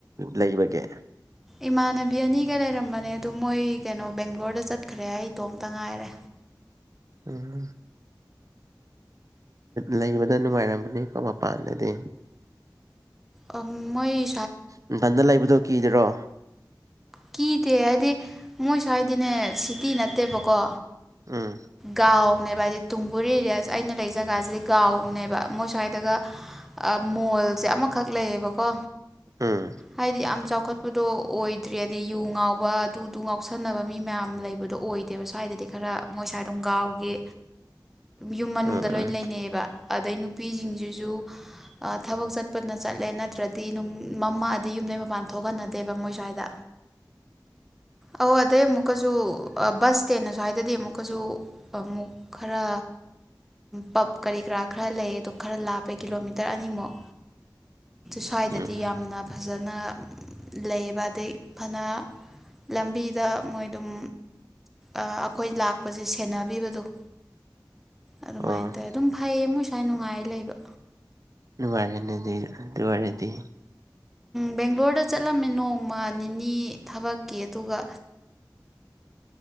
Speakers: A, on the right; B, in the centre.
A: ꯂꯩꯕꯒꯦ
B: ꯏꯃꯥꯟꯅꯕꯤ ꯑꯅꯤꯒ ꯂꯩꯔꯝꯕꯅꯦ ꯑꯗꯨ ꯃꯣꯏ ꯀꯩꯅꯣ ꯕꯦꯡꯒ꯭ꯂꯣꯔꯗ ꯆꯠꯈ꯭ꯔꯦ ꯑꯩ ꯏꯇꯣꯝꯇ ꯉꯥꯏꯔꯦ
A: ꯎꯝ ꯂꯩꯕꯗ ꯅꯨꯡꯉꯥꯏꯔꯝꯒꯅꯤꯀꯣ ꯃꯄꯥꯟꯗꯗꯤ
B: ꯑꯥ ꯃꫭꯏ
A: ꯅꯊꯟꯗꯥ ꯂꯩꯕꯗꯣ ꯀꯤꯗꯔꯣ
B: ꯀꯤꯗꯦ ꯍꯥꯏꯗꯤ ꯃꯣꯏꯁꯨ ꯍꯥꯏꯗꯤꯅꯦ ꯁꯤꯇꯤ ꯅꯠꯇꯦꯕꯀꯣ
A: ꯎꯝ
B: ꯀꯥꯎꯅꯦꯞ ꯍꯥꯏꯗꯤ ꯇꯨꯡꯒꯨꯜ ꯑꯦꯔꯤꯌꯥꯁꯦ ꯑꯩꯅ ꯂꯩ ꯖꯒꯥꯁꯤꯗꯤ ꯒꯥꯎꯅꯦꯕ ꯃꯣꯏ ꯁ꯭ꯋꯥꯏꯗꯒ ꯃꯣꯜꯁꯦ ꯑꯃꯈꯛ ꯂꯩꯌꯦꯕꯀꯣ
A: ꯎꯝ
B: ꯍꯥꯏꯗꯤ ꯌꯥꯝ ꯆꯥꯎ ꯆꯥꯎꯈꯠꯄꯗꯣ ꯑꯣꯏꯗ꯭ꯔꯤ ꯑꯗꯩ ꯌꯨ ꯉꯥꯎꯕ ꯑꯗꯨꯗꯨ ꯉꯥꯎꯁꯟꯅꯕ ꯃꯤ ꯃꯌꯥꯝ ꯂꯩꯕꯗꯣ ꯑꯣꯏꯗꯦꯕ ꯁ꯭ꯋꯥꯏꯗꯗꯤ ꯈꯔ ꯃꯣꯏ ꯁ꯭ꯋꯥꯏ ꯒꯥꯎꯒꯤ ꯌꯨꯝ ꯃꯅꯨꯡꯗ
A: ꯎꯝ
B: ꯂꯣꯏ
A: ꯎꯝ
B: ꯂꯩꯅꯩꯑꯌꯦꯕ ꯑꯗꯩ ꯅꯨꯄꯤꯁꯤꯡꯁꯤꯁꯨ ꯊꯕꯛ ꯆꯠꯄꯅ ꯆꯠꯂꯦ ꯅꯠꯇ꯭ꯔꯗꯤ ꯃꯃꯥ ꯑꯗꯤ ꯌꯨꯝꯗꯩ ꯃꯄꯥꯟ ꯊꯣꯛꯍꯟꯅꯗꯦꯕ ꯃꯣꯏ ꯁ꯭ꯋꯥꯏꯗ ꯑꯣ ꯑꯗꯩ ꯑꯃꯨꯛꯀꯁꯨ ꯕꯁ ꯏꯁꯇꯦꯟꯅ ꯁ꯭ꯋꯥꯏꯗꯗꯤ ꯑꯃꯨꯛꯀꯁꯨ ꯑꯃꯨꯛ ꯈꯔ ꯄꯞ ꯀꯔꯤ ꯀꯔꯥ ꯈꯔ ꯂꯩ ꯑꯗꯨ ꯈꯔ ꯂꯥꯞꯄꯦ ꯀꯤꯂꯣꯃꯤꯇꯔ ꯑꯅꯤꯃꯨꯛ ꯁ꯭ꯋꯥꯏꯗꯗꯤ
A: ꯎꯝ
B: ꯌꯥꯝꯅ ꯐꯖꯕ ꯅ ꯂꯩꯕ ꯑꯗꯩ ꯐꯅ ꯂꯝꯕꯤꯗ ꯃꯣꯏ ꯑꯗꯨꯝ ꯑꯩꯈꯣꯏ ꯂꯥꯛꯄꯁꯦ ꯁꯦꯟꯅꯕꯤꯕꯗꫭ ꯑꯗꯨꯃꯥꯏꯅ
A: ꯑꯣ
B: ꯇꯧꯋꯦ ꯑꯗꯨꯝ ꯐꯩꯌꯦ ꯃꯣꯏ ꯁ꯭ꯋꯥꯏ ꯅꯨꯡꯉꯥꯏ ꯂꯩꯕ
A: ꯅꯨꯡꯉꯥꯏꯔꯦꯅꯦ ꯑꯗꯨ ꯑꯗꯨ ꯋꯥꯔꯦꯗꯤ
B: ꯕꯦꯡꯒ꯭ꯂꯣꯔꯗ ꯆꯠꯂꯝꯃꯦ ꯅꯣꯡꯃ ꯅꯤꯅꯤ ꯊꯕꯛꯀꯤ ꯑꯗꯨꯒ